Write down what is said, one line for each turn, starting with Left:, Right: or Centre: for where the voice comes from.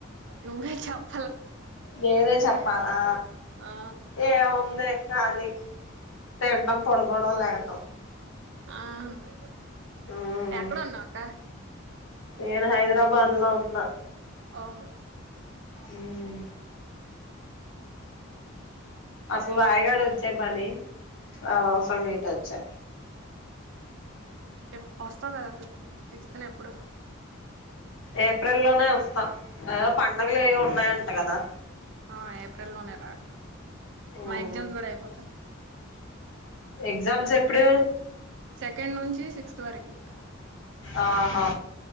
Right: నువ్వే చప్
Left: నేనే చెప్పాలా
Right: ఆ
Left: ఏంవుంది ఖాళీ తిండం పోడుకోవడం లెగటం
Right: ఆహా
Left: ఉమ్
Right: ఎక్కడున్నావ్ అక్క
Left: నేను హైదరాబాద్లో ఉన్నా
Right: ఓహొ
Left: ఉమ్ అస్ల వయిగాడొచ్చె పని అనవసరంగా ఇటొచ్చా
Right: ఎప్ వస్తావ్ కదక్క సిక్స్త్ న ఎప్పుడు
Left: ఏప్రిలోనే వస్తా అవ్ పండుగలు ఏవో ఉన్నాయంట కదా
Right: ఆ ఏప్రిల్ లోనే రా అక్క
Left: హ్మ్
Right: మా ఎగ్జామ్స్ గుడా అయిపోతాయ
Left: ఎగ్జామ్స్ ఎప్పుడు
Right: సెకండ్ నుంచి సిక్స్త్ వరకి అ
Left: ఆహా